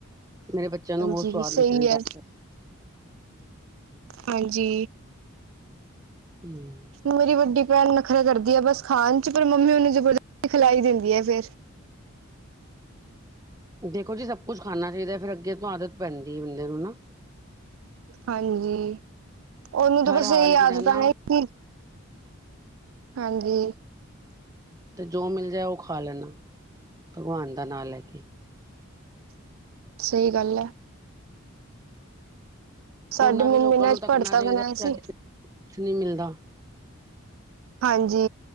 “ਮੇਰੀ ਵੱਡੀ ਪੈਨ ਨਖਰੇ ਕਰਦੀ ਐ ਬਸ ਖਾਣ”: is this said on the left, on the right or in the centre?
Right